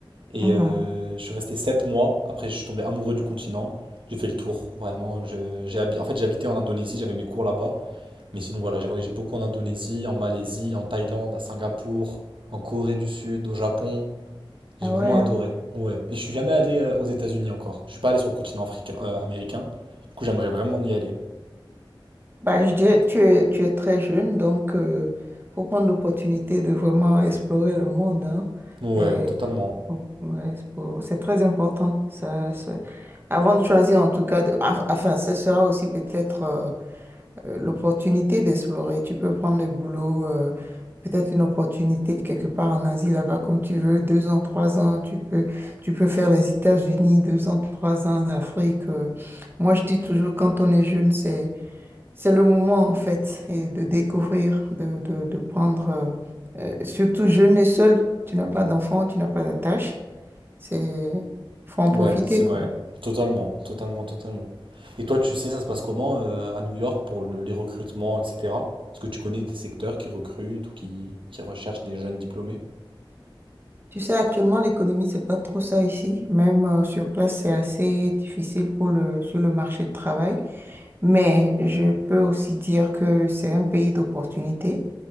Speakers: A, on the right; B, on the right.
A: et
B: Mhm.
A: euh, je suis resté 7 mois. Après, je suis tombé amoureux du continent. J'ai fait le tour, vraiment. Je- j'ai habi- En fait, j'habitais en Indonésie, j'avais mes cours là-bas. Mais sinon, voilà, j'ai voyagé beaucoup en Indonésie, en Malaisie, en Thaïlande, à Singapour, en Corée du Sud, au Japon. J'ai
B: Ah
A: vraiment
B: ouais,
A: adoré.
B: hein.
A: Ouais. Et je suis jamais allé euh, aux États-Unis encore. Je suis pas allé sur le continent africain, euh, américain. Du coup, j'aimerais vraiment y aller.
B: Bah, je dirais, tu es, tu es très jeune, donc euh, faut prendre l'opportunité de vraiment explorer le monde, hein.
A: Ouais,
B: Euh,
A: totalement.
B: faut- ouais, c'est pour- c'est très important. Ça, ça- Avant de choisir, en tout cas, de- af- enfin, ça sera aussi peut-être euh, euh, l'opportunité d'explorer. Tu peux prendre le boulot, euh, peut-être une opportunité quelque part en Asie là-bas comme tu veux, deux ans, trois ans. Tu peux, tu peux faire les États-Unis, deux ans, trois ans, l'Afrique. euh. Moi, je dis toujours, quand on est jeune, c'est, c'est le moment en fait et de découvrir, de, de, de prendre, euh, euh, surtout jeune et seul. Tu n'as pas d'enfant, tu n'as pas d'attache. C'est, faut en
A: Ouais,
B: profiter,
A: c'est
B: quoi.
A: vrai. Totalement, totalement, totalement. Et toi, tu sais, ça se passe comment euh, à New York pour le- les recrutements, etc. Est-ce que tu connais des secteurs qui recrutent ou qui, qui recherchent des jeunes diplômés?
B: Tu sais, actuellement, l'économie, c'est pas trop ça ici. Même euh, sur place, c'est assez difficile pour le, sur le marché de travail. Mais je peux aussi dire que c'est un pays d'opportunités.